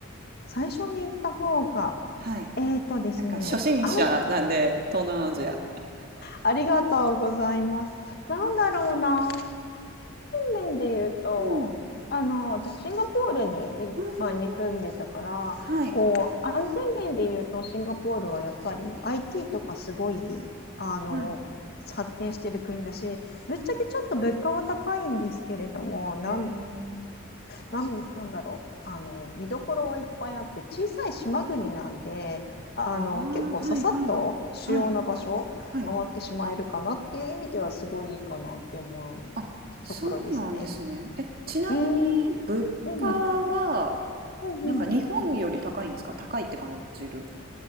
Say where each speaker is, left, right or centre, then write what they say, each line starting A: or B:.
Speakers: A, on the left; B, on the right.
A: 最初に行った方が、
B: はい。
A: えーとですね、
B: なんか初心者なんで、
A: あ、
B: 東南アジア。
A: ありがとうございます。なんだろうな、安全面で言うと、
B: うん、うん。
A: あの、私、シンガポールに、
B: うんうんうん。
A: まあ、に住んでたから、
B: はい、
A: こう、安全面で言うと、シンガポールはやっぱり IT とかすごい、あの、
B: はい。
A: 発展してる国だし、ぶっちゃけちょっと物価は高いんですけれども、なん
B: へえ。
A: なんなんだろうあの見どころはいっぱいあって小さい島国なんであの結構ささっと主要な場所回ってしまえるかなっていう意味ではすごいいいかなって思う
B: ああ、はいはい。はい、はい。あ、そうなんですね。
A: ところですね。
B: え、ちなみに物価は、
A: うん、うん、うん、うん。
B: なんか日本より高いんですか？高いって感じる。